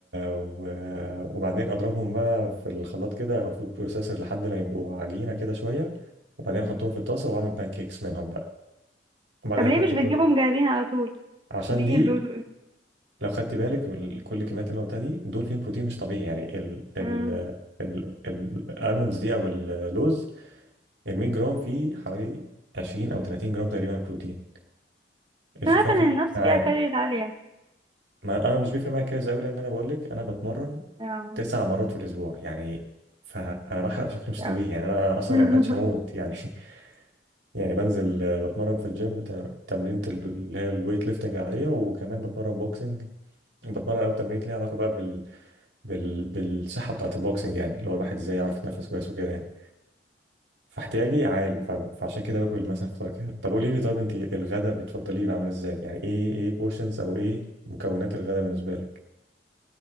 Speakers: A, on the right; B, on the right.
A: و... وبعدين اضربهم بقى في الخلاط كده او في البروسيسور لحد ما يبقوا عجينه كده شويه وبعدين احطهم في الطاسه واعمل بانكيكس منهم بقى وبعدين
B: طب
A: احط
B: ليه مش بتجيبهم
A: بقى
B: جاهزين على طول
A: عشان
B: دي
A: دي
B: اللوز
A: لو خدت بالك وال- كل الكميات اللي أنا قلتها دي دول فيهم بروتين مش طبيعي يعني ال ال
B: أمم.
A: ال الالمونز دي او اللوز ال 100 جرام فيه حوالي 20 او 30 جرام تقريبا بروتين الشوفان
B: أنا عارفة إن
A: فيه بروتين
B: النفس فيها
A: عالي
B: كالوريز عالية
A: ما انا مش بيفرق معايا كده قوي لان انا بقول لك انا بتمرن
B: اه
A: تسع مرات في الاسبوع يعني فانا بحرق بشكل مش
B: كتير
A: طبيعي
B: أوي
A: يعني انا اصلا
B: <laughs>
A: لو ما اكلتش هموت يعني <laughs> يعني بنزل آه، بتمرن في الجيم تم- تمرينة ال- اللي هي الويت ليفتنج العاديه وكمان بتمرن بوكسنج بتمرن او تمرين ليها علاقه بقى بال... بال... بالصحه بتاعت البوكسنج يعني اللي هو الواحد ازاي يعرف يتنفس كويس وكده يعني فاحتياجي عالي ف... فعشان كده باكل مثلا فطار كده طب قولي لي طب انت الغدا بتفضليه يبقى عامل ازاي يعني ايه ايه بورشنز او ايه مكونات الغدا بالنسبه لك